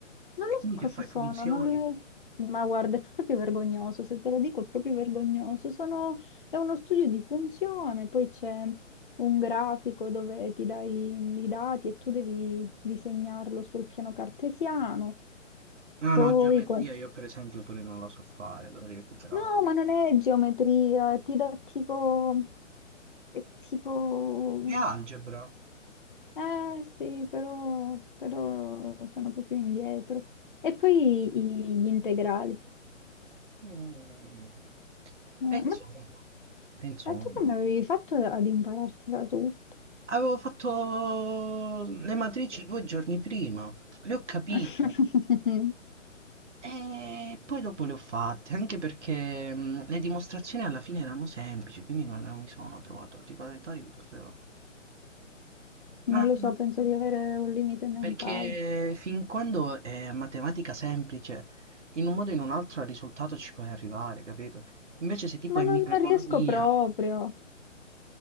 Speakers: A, on the left; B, on the right.
A: Non
B: E
A: lo
B: quindi
A: so cosa
B: che fai?
A: sono,
B: Funzioni?
A: non le... ma guarda, è proprio vergognoso, se te lo dico è proprio vergognoso. Sono... È uno studio di funzione, poi c'è un grafico dove ti dai i dati e tu devi disegnarlo sul piano cartesiano.
B: No,
A: Poi...
B: no, geometria
A: que-
B: io per esempio pure non la so fare, dovrei recuperare.
A: No, ma non è geometria, ti dà tipo... È tipo...
B: E algebra?
A: Eh sì, però, però sono proprio indietro. E poi i- gli integrali. Eh,
B: Mm.
A: Ma,
B: E insomma, e insomma.
A: ma tu come avevi fatto ad imparartela tutto?
B: Avevo fatto le matrici due giorni prima, le ho capite
A: <laughs>
B: e poi dopo le ho fatte, anche perché mh, le dimostrazioni alla fine erano semplici, quindi non non mi sono trovato, tipo la verità io proprio...
A: Non
B: Ma
A: lo so, penso di avere un limite mentale.
B: perché fin quando è matematica semplice, in un modo o in un altro al risultato ci puoi arrivare, capito? Invece se tipo
A: Ma
B: è
A: non,
B: microeconomia,
A: non riesco proprio.